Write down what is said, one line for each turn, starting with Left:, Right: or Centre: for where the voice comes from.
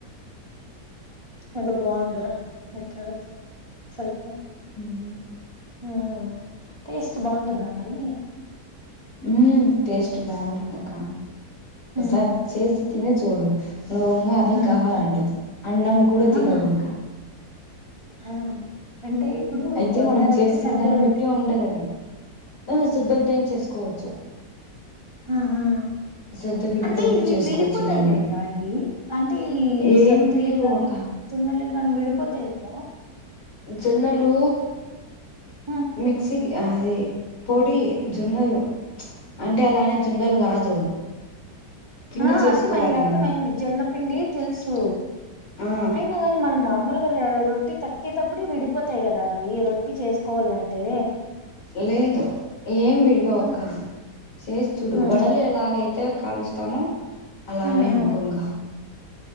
Right: అద బాగుందిరా <unintelligible> <unintelligible>
Left: అవునా
Right: ఉ టేస్ట్ బాగుంటుందా మరి
Left: ఉ టేస్ట్ బాగుంటుంది అక్క
Right: ఉమ్
Left: సార్ చేసి తినే చూడు నువ్వున్న అవే
Right: ఉమ్
Left: కావాలంటవు, అన్నం కూడా
Right: అవునా
Left: తినవ్ ఇంకా
Right: ఆ అంటే ఇప్పుడు
Left: అయితే
Right: జొన్న
Left: మనం
Right: రొట్టె
Left: చేసుకున్న
Right: సద్ద
Left: దాన్ని
Right: రొట్టె
Left: బట్టి ఉంటది అది ఆ శుద్ధతోం చేసుకోవచ్చు
Right: ఆ ఆ
Left: శుద్ధ పిండితో
Right: అంటే
Left: కూడా
Right: ఇవి
Left: చేసుకోవచ్చు
Right: విడిపోతాయి
Left: ఇలానే
Right: కదరా ఇవి, అంటే ఈ
Left: ఏం
Right: సద్దులే
Left: విడిపోవక్క
Right: కాని జొన్నలే కా నం విడీపోతాయి కదా
Left: జొన్నలు
Right: హ్మ్
Left: మిక్సకి అది పొడి జొన్నలు అంటే అలానే జొన్నలు కాదు పిండి
Right: ఆ
Left: చేసుకోవాలి
Right: అర్థమయింది అర్థమైంది
Left: మనము
Right: జొన్నపిిండి తెలుసు
Left: ఆ
Right: అయినా కాని మన మామూలు రొట్టి తట్టేటప్పుడుే విడిపోతాయి కదా అవి రొట్టి చేసుకోవాలంటే
Left: లేదు ఏం విడిపోవక
Right: హ్మ్
Left: చేసి చూడు
Right: హ్మ్
Left: వడలేలాగైతే కాలుస్తాము
Right: హ్మ్
Left: అలానే
Right: హ్మ్
Left: అనుకోంగ